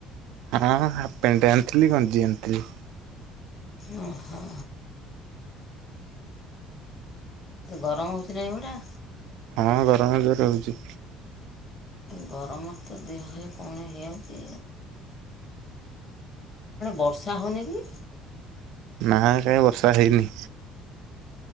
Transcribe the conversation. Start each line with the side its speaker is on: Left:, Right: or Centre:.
Right: ହାଫ୍ ପ୍ୟାଣ୍ଟ୍ ଆଣିଥିଲି ଗଞ୍ଜି ଆଣିଥିଲି।
Left: ଓ ହୋ। ଗରମ ହଉଚି ନା ଏ ବୁଢ଼ା?
Right: ହଁ ଗରମ ହଉଚି।
Left: ଗରମରେ ଦେହ କଣ ହେଇଯାଉଛି? ବର୍ଷା ହଉନି କି?
Right: ନା ବର୍ଷା ହେଇନି।